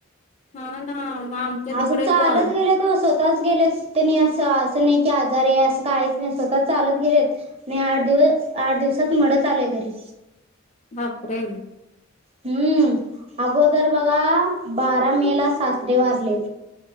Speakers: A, on the left; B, on the right.
A: हा ना.... आमच्या तिकडे
B: असं चालच
A: पण
B: गेले तो स्वतः...... स्वतच गेलेत त्यांनी असं असं नाही की आजार आहे असं काहीच नाही स्वतः चालत गेलेत... नाही आठ दिवस आठ दिवसात मड आलेय घरी...
A: बापरेल...
B: हम्म अगोदर बघा बारा मे ला सासरे वारले....